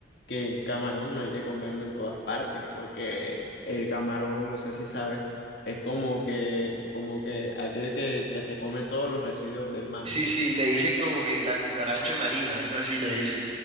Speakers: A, on the left; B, on the right.
A: que el camarón no hay que comerlo en todas partes, porque el camarón, no sé si sabes, es como que, como que aquel que, que se come todos los residuos del mar.
B: Sí, sí, le dicen como que la cucaracha marina, algo así le dicen.